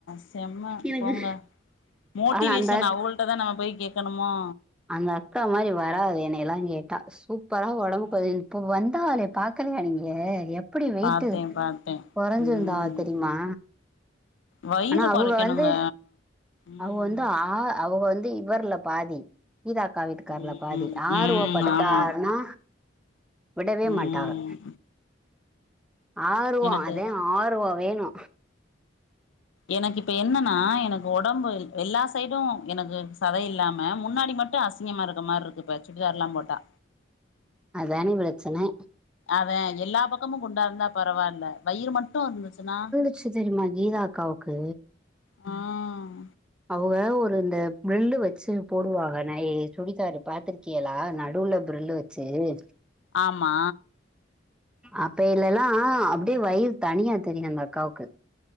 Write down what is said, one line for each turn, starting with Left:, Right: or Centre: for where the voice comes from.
Left: செம்ம
Centre: எனக்கு
Left: போங்க மோட்டிவேஷன்
Centre: ஆனா அந்த
Left: அவுகள் ட்டதா நம்ம போய் கேக்கணுமா
Centre: அந்த அக்கா மாரி வராது என்னயல்லா கேட்டா சூப்பரா ஒடம்பு
Left: ம்
Centre: கொறையு இப்ப வந் தாகலே பாக்கலையா நீங்க எப்டி வெயிட்டு
Left: பாத்தே பாத்தே
Centre: கொறைஞ்சிருந்தாக
Left: ம்
Centre: தெரியுமா
Left: வயிறு
Centre: ஆனா அவுக
Left: கொறைக்கணுங்க
Centre: வந்து
Left: ம்
Centre: அவுக வந்து ஆ அவுக வந்து இவர்ல பாதி கீதாக்கா வீட்டுக்கார்ல
Left: ம்
Centre: பாதி ஆர்வ
Left: ம்
Centre: பட்டுட்டாகன்னா
Left: ஆமா
Centre: விடவே
Left: ம்
Centre: மாட்டாக ஆர்வோ
Left: எனக்கு
Centre: அதே ஆர்வோ வேணு
Left: எனக்கு இப்ப என்னன்னா எனக்கு ஒடம்பு எல்லா சைடு எனக்கு சதை இல்லாம முன்னாடி மட்டு அசிங் கமா இருக்க மாரி இருக்கு இப்ப சுடிதார்ல்லா போட்டா
Centre: அதானே பிரச்சனை
Left: அதா எல்லா பக்கமு குண்டா இருந்தா பரவாயில்ல வயிறு மட்டு இருந்துச்சுன்னா
Centre: விசயோ தெரியுமா கீதா அக்காவுக்கு
Left: ம்
Centre: அவங்க ஒரு இந்த பிரில்லு வச்சு போடுவாங்க நான் சுடித்தாரு பாத்திருக்கிலா நடுவுல பிரில்லு சேரி
Left: ஆமா
Centre: அப்ப இல்லல்லாம் அப்டியே வயிறு தனியா தெரியும் அந்த அக்காவுக்கு